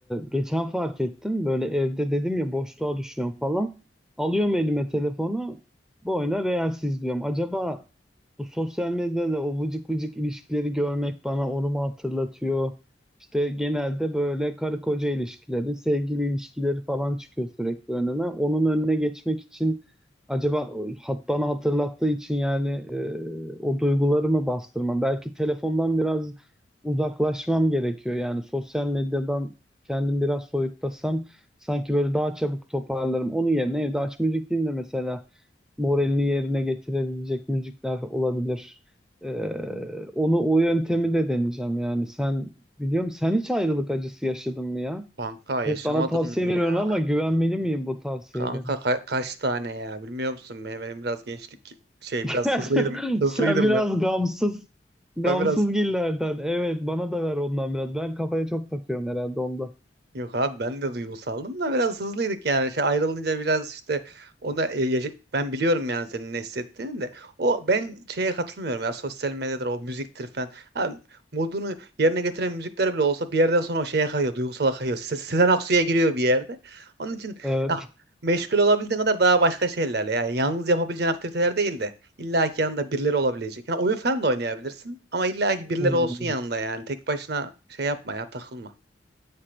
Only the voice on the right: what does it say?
Kanka yaşamadım
ya.
Kanka ka- kaç tane ya bilmiyor musun? Benim, benim biraz gençlik şey
biraz hızlıydım. Hızlıydım
ben.
Ben biraz
Yok abi ben de duygusaldım da biraz hızlıydık yani. Şey ayrılınca biraz işte ona e, yaşa- ben biliyorum yani senin ne hissettiğini de. O ben şeye katılmıyorum ya sosyal medyadır o müziktir falan. Abi, modunu yerine getiren müzikler bile olsa bir yerden sonra o şeye kayıyor, duygusala kayıyor. Se Sezen Aksu'ya giriyor bir yerde. Onun için
ya, meşgul olabildiğin kadar daha başka şeylerle yani yalnız yapabileceğin aktiviteler değil de illa ki yanında birileri olabilecek. Yani oyun falan da oynayabilirsin ama illa ki birileri
olsun yanında yani tek başına şey yapma ya takılma.